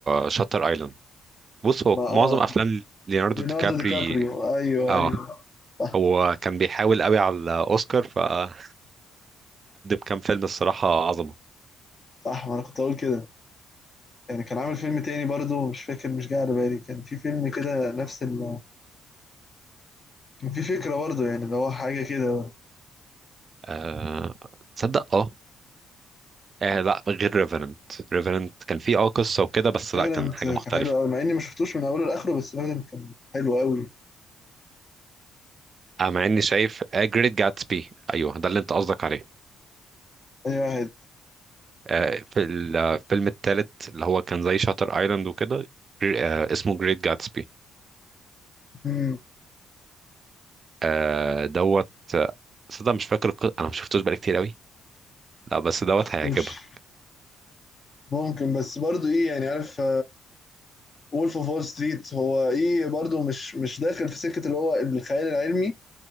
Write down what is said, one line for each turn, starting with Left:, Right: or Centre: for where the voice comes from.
Right: شاتر ايلاند بص هو
Left: ما
Right: معظم
Left: اه
Right: افلام ليوناردو
Left: ليوناردو
Right: دي كابري
Left: دي كابريو ايوه
Right: اه
Left: ايوه صح
Right: هو كان بيحاول قوي على الاوسكار فقدم كام فيلم الصراحة عظمة
Left: صح ما انا كنت اقول كده يعني كان عامل فيلم تاني برضو مش فاكر مش جاي على بالي كان في فيلم كده نفس ال كان في فكره برضو يعني اللي هو حاجه كده
Right: آه، تصدق اه آه لا غير ريفرنت ريفرنت كان فيه اه قصة وكده بس
Left: ايفيدنت
Right: لا كان حاجة مختلفة
Left: كان حلو قوي مع اني ما شفتوش من اوله لاخره بس ايفيدنت كان حلو قوي
Right: آه مع اني شايف جريت جاتسبي ايوه ده اللي انت قصدك عليه
Left: تاني واحد
Right: آه، في الفيلم الثالث اللي هو كان زي شاتر ايلاند وكده آه، اسمه جريت جاتسبي
Left: مم، ما
Right: آه، دوت آه، صدق مش فاكر الق- انا ما شفتوش بقالي كتير قوي لا بس دوت
Left: شفتوش
Right: هيعجبك
Left: ممكن بس برضو ايه يعني عارف وولف اوف وول ستريت هو ايه برضو مش مش داخل في سكة اللي هو الخيال العلمي